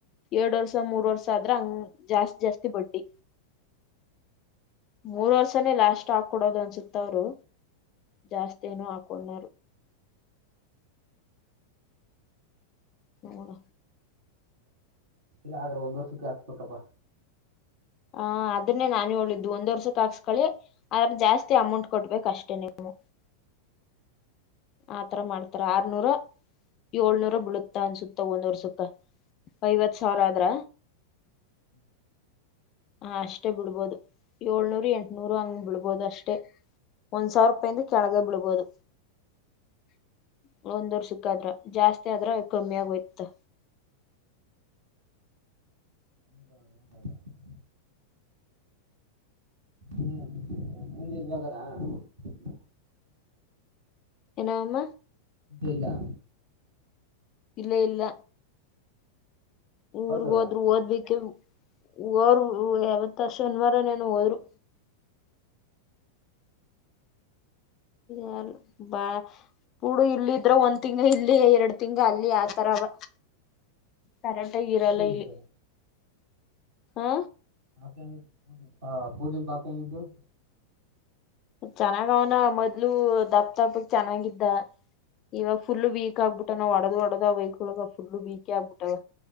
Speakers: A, on the left; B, on the right.
A: ಎರಡ್ ವರ್ಷ ಮೂರ್ ವರ್ಷ ಆದ್ರ ಹಂಗ ಜಾಸ್ತಿ ಜಾಸ್ತಿ ಆಗುತ್ತೆ ಬಡಿ ಮೂರ್ ವರ್ಷನೇ ಲಾಸ್ಟ್ ಹಾ ಕೊೊಡೋದು ಅನ್ಸುತ್ತವರು ಜಾಸ್ತೇನ ಆಕಳ್ಳ
B: <inaudible>
A: ಹದ
B: ಇಲೆ ಆದ್ರೆ ಒಂದ್ ವರ್ಷಕ್ಕೆ ಹಾಕ್ಬೇಕಪ್ಪಾ
A: ಹ ಅದನ್ನೇ ನಾನ ಹೇಳಿದ್ದು ಒಂದ್ ವರ್ಷ ಕಾಸ್ಕಿ ಅದ ಜಾಸ್ತಿ ಅಮೌಂಟ್ ಕೊಡ್ಬೇಕ ಅಷ್ಟೇ ನೀವು ಆತರ ಮಾಡ್ತಾರ ಆರ್ನೂರ ಏಳ್ನೂರ ಬಿಳುತ್ತಾ ಅನ್ಸುತ್ತ ಒಂದವರ್ ಸಕ್ಕ ಐವತ್ ಸಾವಿರ ಆದ್ರ
B: <inaudible>
A: ಹ ಅಷ್ಟೇ ಬಿಳ್ಬೋದು ಏಳ್ನೂರು ಎಂಟನೂರು ಹಂಗ ಬಿಳ್ಬೋದು ಅಷ್ಟೇ ಒಂದ್ ಸಾವಿರ ರೂಪಾಯಿಂದ ಕೆಳಗ ಬಿಡ್ಬೋುದು <unintelligible> ಒಂದ್ ವರ್ ಸಿಕ್ಕಾದ್ರ ಜಾಸ್ತಿ ಆದ್ರ ಕಮ್ಮಿ ಆಗೋಯ್ತ
B: <inaudible> ಹ್ಮ್ <unintelligible>
A: ಏನ ವಾಮ
B: ಬೀಲ್ಲಾ
A: ಇಲ್ಲ ಇಲ್ಲ ಊರ್ಗ್
B: ಗೊತ್ತದ
A: ಹೋದ್ರು ಓದ್ಬೇಕೆ ಹೋರು ಯಾವತ್ತ ಶನಿವಾರ ನೇನು ಹೋದ್ರು ಏನ ಬಾ ಕೂಡು ಇಲ್ಲ ಇದ್ರ ಒಂದ್ ತಿಂಗ್ ಇಲ್ಲಿ ಎರಡ್ ತಿಂಗ ಅಲ್ಲಿ ಆತರವ
B: <inaudible>
A: ಕರಾಟೆ ಇರಲ್ಲ
B: ಪೂಜೆಗಿದ್ದು
A: ಇಲ್ಲಿ ಹಾ
B: ಪ ಪಾ ಪೂಟನ್ ಪತಿದ್ದು
A: ಚೆನ್ನಾಗ ಅವನ ಮೊದ್ಲು ದಪ್ಪ ದಪ್ಪಕ್ ಚೆನ್ನಾಗಿದ್ದ. ಇವಾಗ ಫುಲ್ ವೀಕ್ ಆಗ್ಬಿಟ್ಟ ನಾವು ಅಡದು ಹೊಡದ ವೈಕ್ಳಗ ಫುಲ್ ವೀಕೇ ಆಗ್ಬಿಟ್ಟವ.